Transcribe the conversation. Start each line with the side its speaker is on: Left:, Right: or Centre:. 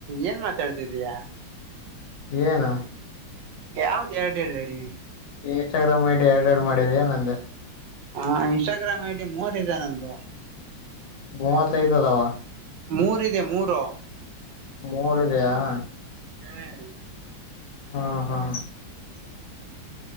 Right: ಏನ್ ಮಾತಾಡ್ತಿದ್ದಯಾ
Left: ಏನು
Right: ಯಾವ್ದ ಎರಡ ಎಡಿ ಹೇಳಿದ್ದೀನಿ
Left: ಇನ್ಸ್ಟಾಗ್ರಾಮ್ ಐಡಿ ಎರಡು ಎರಡು ಮಾಡಿದಯಾ ನಂದೆ
Right: ಹಾ ಇನ್ಸ್ಟಾಗ್ರಾಮ್ ಐಡಿ ಮೂರ್ದೆ ನಂದು
Left: ಮೂವತ್ತ ಐತದಾವ
Right: ಮೂರ ಇದೆ ಮೂರು
Left: ಮೂೋರಿಗೆೆಯಾ
Right: ಹ್ಮ್
Left: ಹಾ ಹಾ